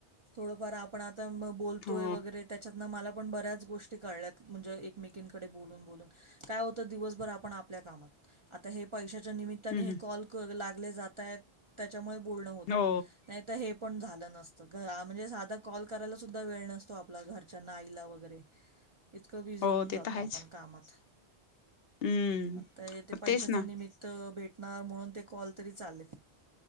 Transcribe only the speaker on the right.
थोडंफार आपण आता म ब बोलतोय
वगैरे, त्याच्यातन मला पण बऱ्याच गोष्टी कळल्यात म्हणजे एकमेकींकडे बोलून बोलून काय होत दिवसभर आपण आपल्या कामात. आता हे पैशाच्या निमित्ताने
हे
कॉल कग लागले जातायत, त्याच्यामुळे बोलणं होतं.
नाही तर हे पण झालं नसतं. गं म्हणजे साधा कॉल करायला सुद्धा वेळ नसतो, आपल्या घरच्यांना आईला वगैरे. इतकं बिझी
होऊन जातो
आपण कामात.
आत्ता हे ते पैशाच
निमित्त भेटणार, म्हणून ते कॉल तरी चालेत.